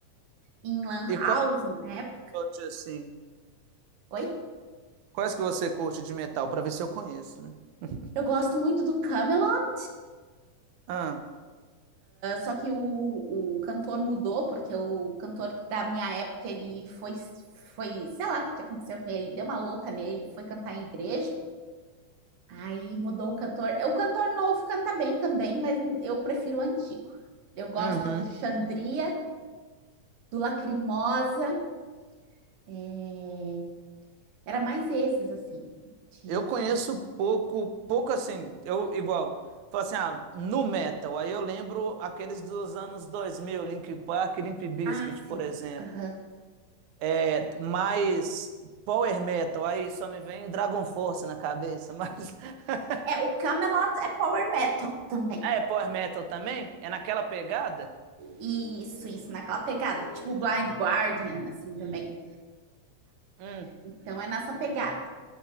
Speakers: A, on the right; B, on the right.
A: em Lan
B: E
A: House,
B: quais,
A: né?
B: outras, assim,
A: Oi.
B: quais que você curte de metal, para ver se eu conheço, né? <laughs>
A: Eu gosto muito do Camelot,
B: Ah.
A: Só que o, o cantor mudou, porque o cantor da minha época, ele foi, foi, sei lá o que que aconteceu com ele, deu uma louca nele, foi cantar em igreja, aí mudou o cantor. O cantor novo canta bem também, mas eu prefiro o antigo. Eu gosto
B: Uhum.
A: do Xandria, do Lacrimosa, é, era mais esses, assim, de...
B: Eu conheço pouco, pouco assim, eu igual, falo assim, ah, nu metal, aí eu lembro aqueles dos anos dois mil Linkin Park, Limp Bizkit,
A: Ah, sim.
B: por exemplo.
A: aham.
B: É, mas power metal, aí só me vem Dragon Force na cabeça, mas... <laughs>
A: É, o Camelot é power metal também.
B: Ah, é power metal também? É naquela pegada?
A: Isso, isso, naquela pegada, tipo Blind Guardian, assim, também,
B: Hum.
A: Então é nessa pegada.